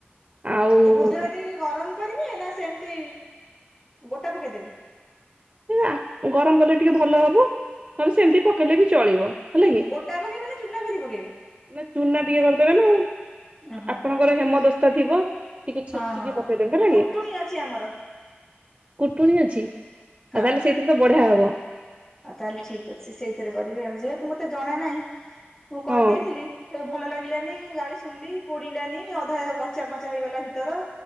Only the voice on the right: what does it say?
ଆଉ
ଆ ଗରମ କଲେ ଟିକେ ଭଲ ହେବ ନହେଲେ ସେମିତି ପକେଇଲେ ବି ଚଳିବ। ହେଲାକି
ନା ଚୁନା ଟିକେ କରିଦେବେ ନା ଆଉ।
ଆପଣ ଘରେ ହେମଦସ୍ତା ଥିବ ଟିକେ ଛେଚିକି
ପକେଇଦବେ ହେଲା
କି।
କୁଟୁଣି ଅଛି ଆଉ
ତାହେଲେ ସେଇଥିରେ ତ ବଢିଆ ହବ।
ହଁ